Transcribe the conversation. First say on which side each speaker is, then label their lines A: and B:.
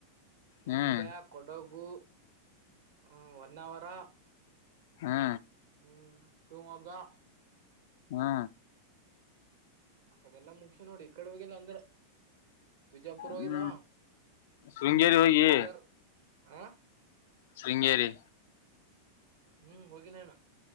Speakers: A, on the right; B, on the left.
A: ಮಂಡ್ಯ
B: ಹ್ಮ್
A: ಕೊಡಗು ಹ ಒನ್ನವರ
B: ಹಾ
A: ಹ್ಮ್ ಸುಮಗಾ
B: ಹಾ
A: ಅ ಕಡೆ ಎಲ್ಲಾ ಮುಖ್ಯ ನೋಡಿ ಈ ಕಡೆ ಹಾಗಲ್ಲ ಅಂದ್ರೆ ಬಿಜಾಪುರವಾಗಿೋಗಲ್ಲಾವ
B: ಹ್ಮ್ ಶೃಂಗೇರಿ ಹೋಗಿ
A: ಬಿದರ್ ಹ
B: ಶೃಂಗೇರಿ
A: ಹ್ಮ್ ಹೋಗಿನೇಣ